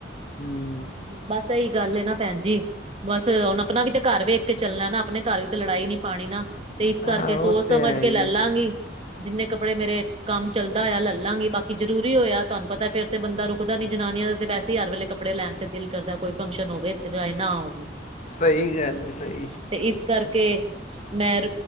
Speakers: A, on the left (about 40°); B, on the right (about 30°).
A: ਹੂੰ
B: ਬਸ ਇਹੀ ਗੱਲ ਹੈ ਨਾ ਭੈਣ ਜੀ- ਬਸ ਹੁਣ ਆਪਣਾ ਵੀ ਤੇ ਘਰ ਵੇਖ ਕੇ ਚਲਣਾ ਨਾ ਆਪਣੇ ਘਰ ਵੀ ਤੇ ਲੜਾਈ ਨੀ ਪਾਣੀ ਨਾ ਤੇ ਇਸ
A: ਆ
B: ਕਰਕੇ
A: ਉਹ
B: ਸੋਚ ਸਮਝ
A: ਤੇ ਆਈ
B: ਕੇ ਲੈ
A: ਹੈ
B: ਲਾਂਗੀ
A: ਹੀ ਹੈ।
B: ਜਿਨੇ ਕੱਪੜੇ ਮੇਰੇ ਕੰਮ ਚਲਦਾ ਆ ਲੈ ਲਾਂਗੇ ਬਾਕੀ ਜ਼ਰੂਰੀ ਹੋਇਆ ਤੁਹਾਨੂੰ ਪਤਾ ਫੇਰ ਤੇ ਬੰਦਾ ਰੁਕ ਪਤਾ ਨੀ ਜਨਾਨੀਆਂ ਦਾ ਤੇ ਵੈਸੇ ਹੀ ਹਰ ਵੇਲੇ ਕੱਪੜੇ ਲੈਣ ਤੇ ਦਿਲ ਕਰਦਾ ਕੋਈ ਫੰਕਸ਼ਨ ਹੋਵੇ ਇਥ ਜਾਏ ਨਾ ਹੋਵੇ
A: ਸਹੀ ਗੱਲ ਹੈ। ਸਹੀ-
B: ਤੇ ਇਸ ਕਰਕੇ ਮੈ